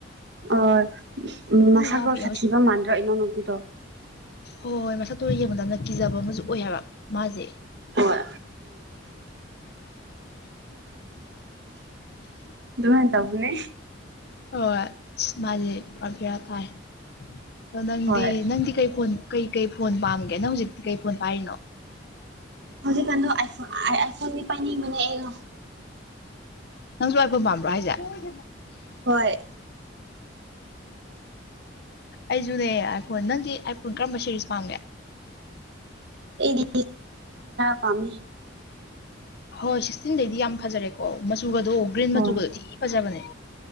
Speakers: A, on the right; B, on the left.
A: ꯑꯣ
B: ꯅꯪ
A: ꯃꯁꯛꯇꯣ
B: ꯅꯅꯥꯎꯄꯤ
A: ꯁꯥꯊꯤꯕ ꯃꯥꯟꯗ꯭ꯔꯣ ꯏꯅꯥꯎꯅꯨꯄꯤꯗꯣ
B: ꯍꯣꯏ ꯍꯣꯏ ꯃꯁꯛꯇꯨ ꯌꯦꯡꯕ ꯃꯇꯝꯗ ꯀꯤꯖꯕ ꯑꯃꯁꯨ ꯑꯣꯏ ꯍꯥꯏꯕ ꯃꯥꯁꯦ
A: ꯍꯣꯏ ꯎꯝ ꯑꯗꯨꯃꯥꯏ ꯇꯧꯕꯅꯤ
B: ꯍꯣꯏ ꯑꯁ ꯃꯥꯗꯤ ꯄꯨꯔꯥ ꯕꯦꯔꯥ ꯇꯥꯏ ꯑꯗꯣ ꯅꯪꯗꯤ
A: ꯍꯣꯏ
B: ꯅꯪꯗꯤ ꯀꯩ ꯐꯣꯟ ꯀꯩ-ꯀꯩ ꯐꯣꯟ ꯄꯥꯝꯒꯦ ꯅꯪ ꯍꯧꯖꯤꯛꯇꯤ ꯀꯩ ꯐꯣꯟ ꯄꯥꯏꯔꯤꯅꯣ
A: ꯍꯧꯖꯤꯛ ꯀꯥꯟꯗꯣ ꯑꯥꯏ ꯐꯣꯟꯗꯤ ꯄꯥꯏꯅꯤꯡꯕꯅꯦ ꯑꯩꯗꯣ
B: ꯅꯪꯁꯨ ꯑꯥꯏꯐꯣꯟ ꯄꯥꯝꯕ꯭ꯔꯣ ꯍꯥꯏꯁꯦ ꯎꯝ
A: ꯍꯣꯏ
B: ꯑꯩꯁꯨꯅꯦ ꯑꯥꯏ ꯐꯣꯟ ꯅꯪꯗꯤ ꯑꯥꯏꯐꯣꯟ ꯀꯔꯝꯕ ꯁꯦꯔꯤꯁ ꯄꯥꯝꯒꯦ
A: ꯑꯩꯗꯤ ꯄꯝꯃꯤ
B: ꯍꯣꯏ ꯁꯤꯛꯁꯇꯤꯟꯗꯩꯗꯤ ꯌꯥꯝ ꯐꯖꯔꯦꯀꯣ ꯃꯆꯨꯒꯗꯣ ꯒ꯭ꯔꯤꯟ
A: ꯍꯣꯏ
B: ꯃꯆꯨꯒꯗꯤ ꯊꯤ ꯐꯖꯕꯅꯦ